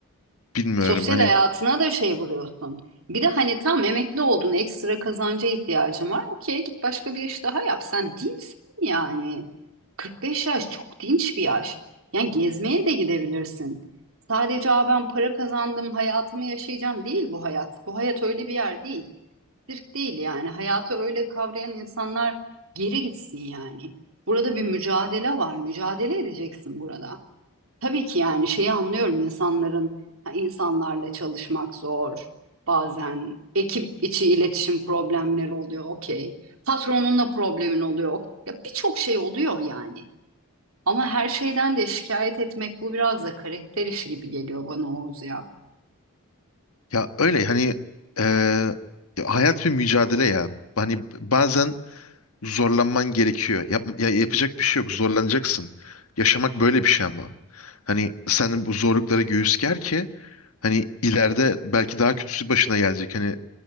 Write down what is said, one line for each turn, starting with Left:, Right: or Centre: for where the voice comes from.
Left: bilmiyorum
Right: Sosyal
Left: hani
Right: hayatına da şey vuruyorsun. Bir de hani tam emekli oldun, ekstra kazanca ihtiyacın var. Okey git başka bir iş daha yap. Sen dinçsin yani. 45 yaş çok dinç bir yaş. Yani gezmeye de gidebilirsin. Sadece Aa, ben para kazandım, hayatımı yaşayacağım değil bu hayat. Bu hayat öyle bir yer değil. Sirk değil yani. Hayatı öyle kavrayan insanlar geri gitsin yani. Burada bir mücadele var. Mücadele edeceksin burada. Tabii ki yani şeyi anlıyorum insanların ha, insanlarla çalışmak zor. Bazen ekip içi iletişim problemleri oluyor. Okey. Patronunla problemin oluyor. ok- Ya birçok şey oluyor yani. Ama her şeyden de şikayet etmek bu biraz da karakter işi gibi geliyor bana Oğuz ya.
Left: ya öyle hani e, ya hayat bir mücadele ya. Hani bazen zorlanman gerekiyor. Yap, ya yapacak bir şey yok. Zorlanacaksın. Yaşamak böyle bir şey ama. Hani sen bu zorluklara göğüs ger ki hani ileride belki daha kötüsü başına gelecek. Hani